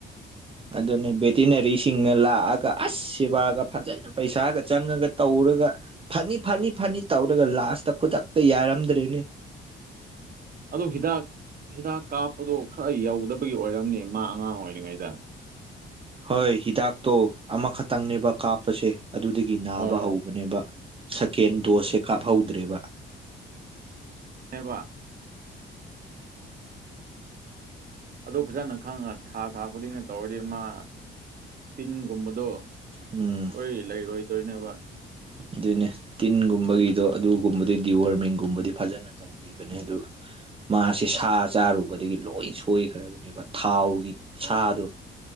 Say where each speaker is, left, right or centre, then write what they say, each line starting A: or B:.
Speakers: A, on the right; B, on the right.
A: ꯑꯗꯨꯅꯤ ꯚꯦꯇꯤꯅꯔꯤꯁꯤꯡꯅ ꯂꯥꯛꯑꯒ ꯑꯁ ꯁꯦꯕꯥꯒ ꯐꯖꯅ ꯄꯩꯁꯥꯒ ꯆꯪꯉꯒ ꯇꯧꯔꯒ ꯐꯅꯤ ꯐꯅꯤ ꯐꯅꯤ ꯇꯧꯔꯒ ꯂꯥꯁꯇ ꯈꯨꯗꯛꯇ ꯌꯥꯔꯝꯗ꯭ꯔꯦꯅꯦ
B: ꯑꯗꯨ ꯍꯤꯗꯥꯛ ꯍꯤꯗꯥꯛ ꯀꯥꯞꯄꯗꯣ ꯈꯔ ꯌꯧꯗꯕꯒꯤ ꯑꯣꯏꯔꯝꯅꯦ ꯃꯥ ꯑꯉꯥꯡ ꯑꯣꯏꯔꯤꯉꯩꯗ
A: ꯍꯣꯏ ꯍꯤꯗꯥꯛꯇꯣ ꯑꯃꯈꯛꯇꯪꯅꯦꯕ ꯀꯥꯞꯄꯁꯦ ꯑꯗꯨꯗꯒꯤ ꯅꯥꯕ
B: ꯍꯣꯏ
A: ꯍꯧꯕꯅꯦꯕ ꯁꯦꯀꯦꯟ ꯗꯣꯁꯁꯦ ꯀꯥꯞꯍꯧꯗ꯭ꯔꯦꯕ
B: ꯑꯦꯕ ꯑꯗꯨ ꯐꯖꯅ ꯈꯪꯉ ꯊꯥ ꯊꯥ ꯈꯨꯗꯤꯡꯅ ꯇꯧꯔꯗꯤ ꯃꯥ ꯇꯤꯟꯒꯨꯝꯕꯗꯣ
A: ꯎꯝ
B: ꯍꯣꯏ ꯂꯩꯔꯣꯏꯗꯣꯏꯅꯦꯕ
A: ꯑꯗꯨꯅꯦ ꯇꯤꯟꯒꯨꯝꯕꯒꯤꯗꯣ ꯑꯗꯨꯒꯨꯝꯕꯗꯤ ꯗꯤ ꯋꯥꯔꯃꯤꯡꯒꯨꯝꯕꯗꯤ ꯐꯖꯅ ꯇꯧ ꯕꯤꯕꯅꯦ ꯑꯗꯨꯒ ꯃꯥꯁꯦ ꯁꯥ ꯆꯥꯔꯨꯕꯗꯒꯤ ꯂꯣꯏ ꯁꯣꯏꯈ꯭ꯔꯕꯅꯦꯕ ꯊꯥꯎꯒꯤ ꯁꯥꯗꯣ